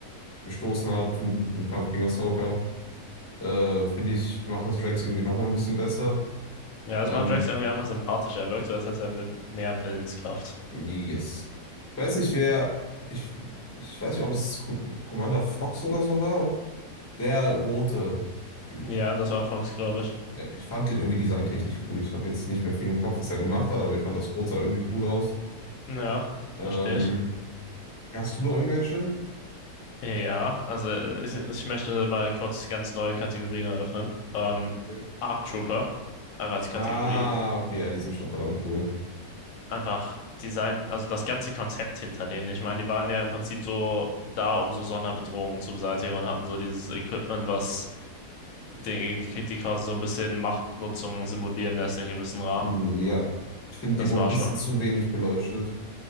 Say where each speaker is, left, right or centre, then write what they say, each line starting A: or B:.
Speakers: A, on the left (about 25°); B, on the left (about 70°).
A: gestoßen hat im im Kampf gegen Ahsoka. Äh, finde ich, macht das Drax irgendwie nochmal ein bisschen besser.
B: ja, das
A: Ähm,
B: macht Rex irgendwie einfach sympathischer. Er wirkt so, als hätte er me- mehr Willenskraft.
A: yes. Ich weiß nicht, wer. Ich, ich weiß nicht, ob es Com- Commander Fox oder so war. Der rote Typ.
B: Ja, das war Fox, glaube ich.
A: Ja, ich fand den irgendwie designtechnisch cool. Ich habe jetzt nicht mehr viel im Kopf, was er gemacht hat, aber ich fand das Rot sah irgendwie cool aus.
B: Ja,
A: Ähm,
B: verstehe ich.
A: ja, hast du noch irgendwelche?
B: Ja, also ich, ich möchte mal kurz ganz neue Kategorien eröffnen. Ähm,
A: Okay.
B: Arc Trooper, einfach als Kategorie.
A: Ah, okay, ja, die sind schon verdammt cool.
B: Einfach Design, also das ganze Konzept hinter denen. Ich meine, die waren ja im Prinzip so da, um so Sonderbedrohungen zu beseitigen und hatten so dieses Equipment, was den, die die quasi so ein bisschen Machtnutzung simulieren lässt in gewissem Rahmen.
A: Ja. Ich finde, die
B: Das
A: wurden
B: war
A: ein bisschen
B: schon,
A: zu wenig beleuchtet.